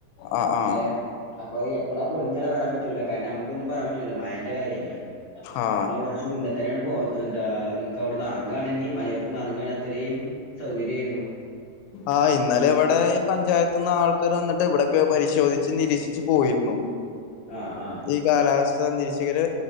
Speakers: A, on the left; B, on the left.
A: ആ ആ ആ
B: ഏഹ് അപ്പൊ എപ്പളാ പൊളിഞ്ഞാലെ പറയാൻ പറ്റൂ കാരണം നമുക്കൊന്നും പറൻപറ്റില്ലോ മഴൻ്റെ കാര്യല്ലേ <unintelligible>
A: ആഹ്
B: കൊറച്ച മുന്നേ തന്നെയാണ് പോ എന്താ നിങ്ങക്ക് അവിടുന്ന് ഇറങ്ങാണെങ്കി മഴേണ് ഇറങ്ങാൻ അത്രയും സൗകര്യായിരുന്നു
A: ആ ഇന്നലെ ഇവിടെ ഈ പഞ്ചായത്ത് നിന്ന് ആൾക്കർ വന്നിട്ട് ഇവിടെക്കെ പരിശോധിച്ച് നിരീക്ഷിച്ച് പോയിരുന്നു
B: ആഹ് ആഹ്
A: ഈ കാലാവസ്ഥ നിരീശകര്